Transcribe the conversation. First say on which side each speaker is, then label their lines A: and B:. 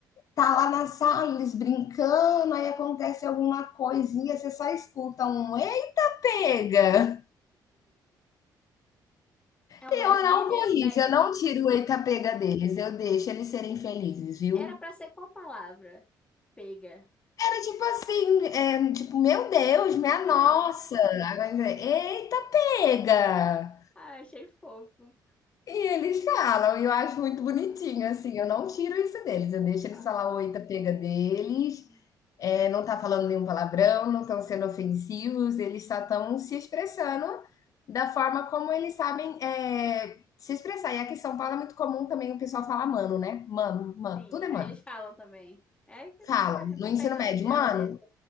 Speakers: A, on the left; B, on the left.
A: Tá lá na sala, eles brincando, aí acontece alguma coisinha, você só escuta um eita pega.
B: é uma
A: Eu
B: gíria,
A: não corrijo,
B: daí.
A: eu não tiro o eita pega deles, eu deixo eles serem felizes, viu?
B: Era para ser qual palavra? Pega.
A: Era tipo assim, é, tipo, meu Deus, minha
B: Aham.
A: nossa. Agora, Eita, pega!
B: Ah, achei fofo.
A: E eles falam, e eu acho muito bonitinho,
B: Ah,
A: assim, eu não tiro isso deles, eu deixo eles
B: ah,
A: falar o eita, pega deles,
B: uhum.
A: é, não tá falando nenhum palavrão, não estão sendo ofensivos, eles só estão se expressando da forma como eles sabem é, se expressar. E aqui em São Paulo é muito comum também o pessoal falar mano, né? Mano, mano,
B: Sim,
A: tudo é mano.
B: aí eles falam também. É que
A: Falam,
B: tá- já tá
A: no ensino
B: pegando
A: médio,
B: o dialeto.
A: mano,